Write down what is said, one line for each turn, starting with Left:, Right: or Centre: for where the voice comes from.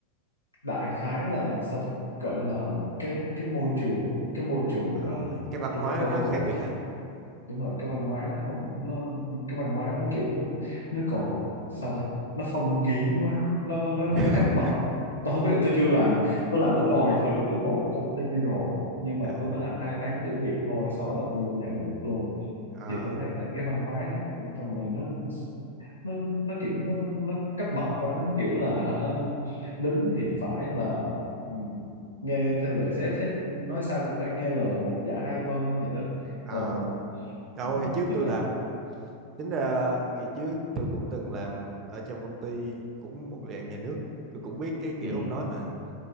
Left: đại khái là sao ta cỡ là cái cái môi trường cái môi trường
Right: Ờ,
Left: nó
Right: cái văn
Left: tôi,
Right: hóa
Left: tôi
Right: nó
Left: không
Right: khác
Left: có
Right: biệt
Left: thích
Right: à
Left: đúng rồi cái văn hóa nó không nó cái văn hóa nó kiểu nó nó còn sao ta nó phong kiến quá nó nó
Right: <laughs>
Left: nó cấp bậc quá tôi không biết là tôi chưa làm tôi làm ở ngoài thử một công ty rồi nhưng mà
Right: à
Left: tôi mới làm hai tháng thử việc thôi sau
Right: ừ.
Left: đó là tôi vô nhà nước luôn
Right: à
Left: thì tôi thấy là cái văn hóa ở trong này nó nó nó kiểu nó nó cấp bậc quá kiểu là hả lính thì phải là ừ, nghe theo lời sếp sếp nói sao cũng phải nghe lời một dạ hai vâng vậy đó
Right: à
Left: còn
Right: đâu
Left: ừ,
Right: thì trước
Left: thì
Right: tôi
Left: đó
Right: làm tính ra ngày trước tôi cũng từng làm ở trong công ty cũng một dạng nhà nước tôi cũng biết cái kiểu
Left: ừ,
Right: ông nói mà